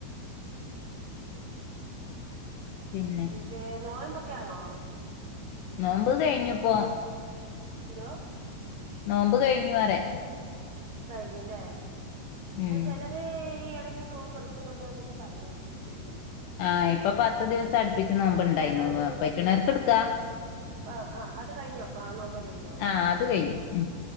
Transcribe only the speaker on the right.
മറ്റെ നോയമ്പൊക്കൊണോ?
എന്തോ
കഴിഞ്ഞല്ലേ എന്നാ
ചിലര് ഈ ഇട ഒക്കെ നോമ്പെടുക്കുന്നുണ്ട് എന്നൊക്കെ പറഞ്ഞ് ടീച്ചർ.
ഇന്നലെ ഒരു
ആഹ് ആഹ് അത് കഴിഞ്ഞോപ്പ ആ നോമ്പ് കഴിഞ്ഞോ?